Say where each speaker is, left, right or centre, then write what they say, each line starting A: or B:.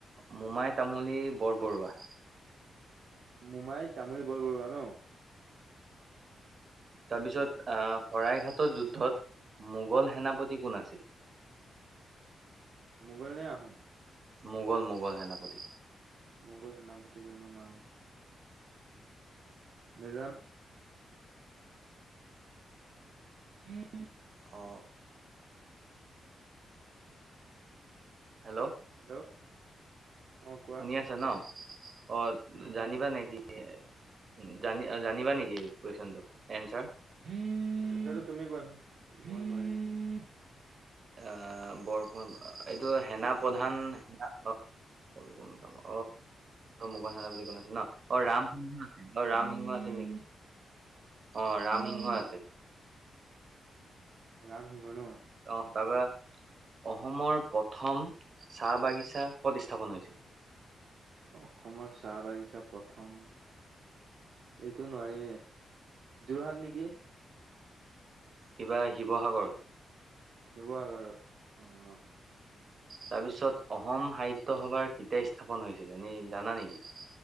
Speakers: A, on the right (about 40°); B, on the right (about 60°).
A: মোমাই তামলী বৰবৰুৱা।
B: মোমাই তামলী বৰবৰুৱা ন?
A: তাৰপিছত
B: অ
A: আহ শৰাই ঘাট যুদ্ধত মোগল সেনাপতি কোন আছিল?
B: মোগল নে আহ আহোম?
A: মোগল মোগল হে নাপতি?
B: মোগল সেনাপতি জন নাম? নজানো। উম।
A: অ'। হেল্ল!
B: হেল্ল! অ কোৱা
A: শুনি আছা ন! অ',
B: উম
A: জানিবা
B: উম
A: নেকি তিয়া জানি-জানিবা নেকি কুৱেশচনটো, এনচাৰ।
B: জানো, তুমিয়ে কোৱাচোন, মই নোৱাৰিম।
A: অ', বৰফুকন, এইটো সেনাপ্ৰধান কোন, কোন কাম অ', মোগল সেনাপতি কোন আছিল ন! অ', ৰাম িংহ আছিল অ' ৰামসিংহ
B: নোৱাৰিম
A: আছিল নেকি অ ৰামসিংহ
B: অ'
A: আছিল।
B: ৰাম সিংনো?
A: অ তাৰপৰা অসমৰ প্ৰথম চাহ বাগিচা কত স্থাপন হৈছিল?
B: অসমৰ চাহ বাগিছা প্ৰথম এইটো নোৱাৰিমেই যোৰহাট নেকি?
A: কিবা শিৱসাগৰত?
B: শিৱসাগৰত অ'।
A: তাৰপিছত অসম সাহিত্য সভাৰ কেতিয়া স্থাপন হৈছিল এনে জানা নেকি?